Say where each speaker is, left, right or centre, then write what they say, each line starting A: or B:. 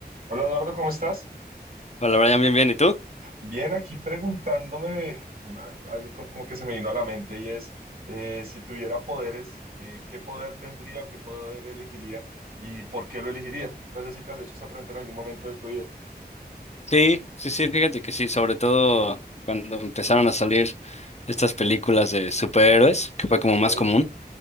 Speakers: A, on the right (about 60°); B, on the left (about 40°).
A: Hola Eduardo, ¿cómo estás?
B: Hola Brian, bien, bien. ¿Y tú?
A: Bien, aquí preguntándome una, algo como, como que se me vino a la mente y es, eh, si tuviera poderes, eh, ¿qué poder tendría o qué poder elegiría y por qué lo elegiría? No sé si te has hecho esa pregunta en algún momento de tu vida.
B: Sí, sí, sí, fíjate que sí, sobre todo cuando empezaron a salir estas películas de superhéroes, que fue como
A: Sí,
B: más común.